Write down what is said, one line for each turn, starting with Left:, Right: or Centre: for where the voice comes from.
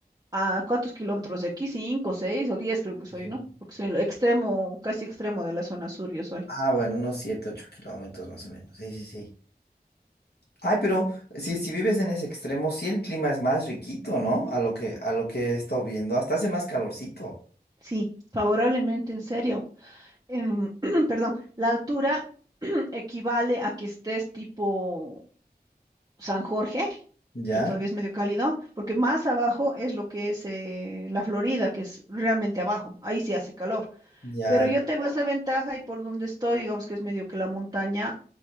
Right: a cuántos kilómetros de aquí, cinco, seis o diez creo que soy,
Left: Sí.
Right: ¿no? Porque soy el extremo, casi extremo de la zona sur, yo soy.
Left: Ah, bueno, unos 7, 8 kilómetros más o menos. Sí, sí, sí. Ay, pero si, si vives en ese extremo, sí el clima es más riquito, ¿no? A lo que, a lo que he estado viendo. Hasta hace más calorcito.
Right: Sí, favorablemente, en serio. em, <clears throat> perdón, la altura <clears throat> equivale a que estés tipo San Jorge,
Left: Ya,
Right: que todavía es medio cálido, porque más abajo es lo que es eh, la Florida, que es realmente abajo, ahí sí hace calor,
Left: ya,
Right: pero yo tengo esa ventaja y por donde estoy, digamos que es medio que la montaña.